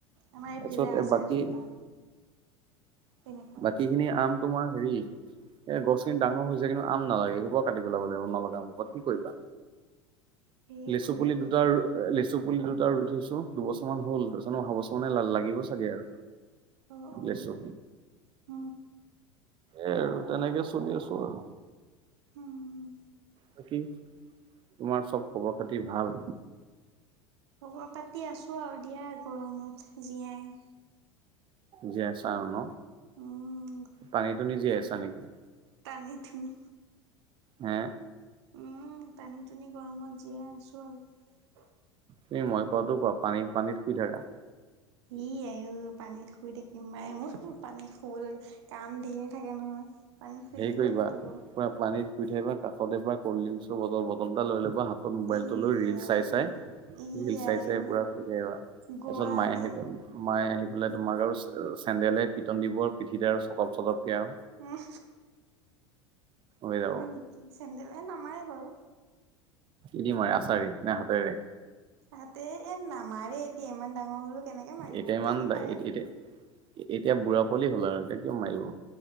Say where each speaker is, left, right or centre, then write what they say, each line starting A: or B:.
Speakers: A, on the right; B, on the right.
A: আমাৰ এইফালে
B: তাৰপিছত
A: আছে
B: বাকী
A: এজোপা তেনেকুৱা
B: বাকী খিনি আম তোমাৰ হেৰি এই গছখিনি ডাঙৰ হৈ হৈছোয় কিমু আম নালাগে এইবৰ কাটি পেললাব লাগিব নলগা আমখত কি কৰিবা
A: সেইটোৱে
B: লেচু পুলি দুটা লেচু চু পুলি দুটা ৰুই থৈছো দুবছৰ মমান হল তাৰপছতো অহা বছৰ মানে লাগিব চাগে আৰু
A: অঁ অ
B: লেচু
A: হ
B: এই আৰু তেনেকে চলি আছো আৰু
A: হম
B: বাকী তোমাৰ চব খবৰ খাতি ভাল
A: খবৰ পাতি আছো আৰু দিয়া গৰমত জীয়াই
B: জীয়াইছা আৰু ন
A: উম,
B: পানীটো নি জীয়াইছা নেকি
A: তানি থুমি
B: হ
A: উম টানি টনি গৰমত জীয়াই আছো আৰু
B: তুমি মই পোৱাতো কোৱা পানীত পানীত শুই থাকা
A: ই আ পানীত শুই থাকিম মাই মোৰ পানীত শুুৱলৈ কাম ধঢেৰ থাকে নহয় পানীত শুই
B: হেৰি
A: থাকিলে
B: কৰিবা
A: ক'ত হ'ব
B: পুৰা পানীত শুই থাকিবা কাষতে প কল্ড ড্ৰিংকচ বটল এটা লৈ ল'বা হাত নতুন মোবাইলটো
A: ই
B: লৈ ৰিল
A: আইও
B: চাই চাই
A: ই
B: ল চাই
A: আইও
B: চাই পুৰা শ তাৰপিছত
A: গোৱা
B: মায়ে
A: নে
B: আহি মাইে আহি পেলাই তোমাক আৰু চেণ্ডেলে পটন দিবৰ পিঠিদাৰ চটপ চটপকে আৰু
A: উম
B: হৈ যাব।
A: হয় নেকি চেন্দেলহ নামায়েই বাৰু
B: এ দিমই আচাৰি নে হাতেৰে
A: ততে এ নামাৰে এতিয়া ইমান ডাঙৰ হলেও কেনেকে মাৰিব
B: এতিয়া ইমান
A: গালি পাৰে
B: এতিয়া এতিয়া বুঢ়া পাললি হ'ল আৰু এতিয়া কিয় মাৰিব